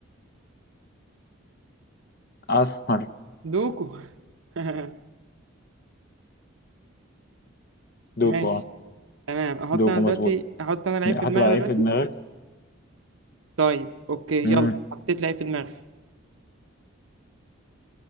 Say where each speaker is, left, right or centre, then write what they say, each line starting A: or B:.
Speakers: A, on the left; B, on the right.
A: اسمر
B: دوكو <laughs>
A: دوكو
B: ماشي
A: اه
B: تمام احط
A: دوكو
B: انا دلوقتي
A: مظبوط
B: احط انا لعيب
A: حط
B: في دماغي
A: بقى لعيب
B: دلوقتي
A: في مم. دماغك
B: طيب اوكي
A: امم
B: يلا حطيت لعيب في دماغي